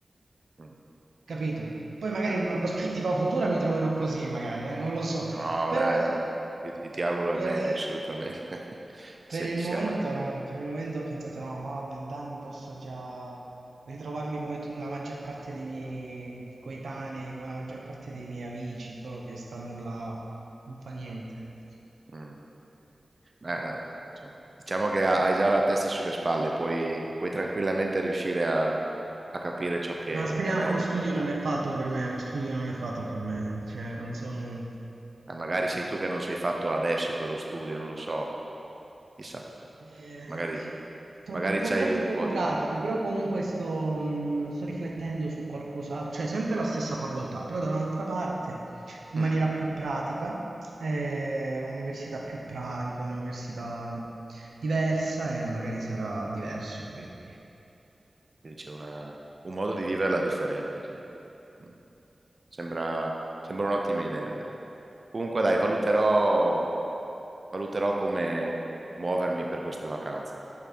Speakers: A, on the right (about 35°); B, on the right (about 85°).
A: Mm.
B: Capito? Poi magari
A: Eh,
B: in una prospettiva futura mi troverò così, magari, eh, non lo so,
A: no,
B: però
A: dai, no, io, ti io ti auguro
B: per,
A: il meglio, assolutamente. <laughs> Se-
B: Per il
A: siamo...
B: momento no, per il momento ho pensato no, ma a 20 anni posso già ritrovarmi come tu, la maggior parte dei miei coetanei, come la maggior parte dei miei amici, co- che stanno là, non fa niente.
A: mm. Beh, dai, insomma, diciamo che ha- hai già la testa sulle spalle, puoi, puoi tranquillamente riuscire a, a capire ciò che
B: Ma speriamo,
A: è meglio
B: lo studio
A: per te.
B: non è fatto per me, lo studio non è fatto per me, cioè non sono un
A: Eh, magari sei tu che non sei fatto adesso per lo studio, non lo so, chissà,
B: Eh,
A: magari,
B: sì, troppo,
A: magari
B: po-
A: c'hai
B: troppo
A: un
B: poco
A: po'
B: pratico,
A: di...
B: però comunque sto, mh, sto riflettendo su qualcosa, cioè sempre la stessa facoltà, però da un'altra parte, in
A: Mm.
B: maniera più pratica, eh, università più pratica, università diversa e magari sarà diverso, capito?
A: Quindi c'è una- un modo di viverla differente, sì. Mm. Sembra, sembra un'ottima idea, dai. Comunque, dai, valuterò, valuterò come muovermi per queste vacanze.